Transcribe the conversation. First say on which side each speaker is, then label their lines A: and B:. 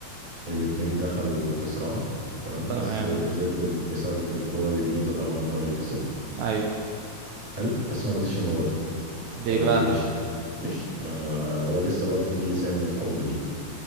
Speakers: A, on the right (about 20°); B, on the right (about 80°).
A: الاتنين دخلوا في صراع تمام
B: تمام
A: بس زد بسبب القوة الجديدة طبعا هو اللي كسب
B: ايوه
A: حلو بس ما رضيش يموته
B: ليه
A: هو
B: بقى
A: ايه مشي مشي آه، ما- هو لسه برضه في سنة حب ليه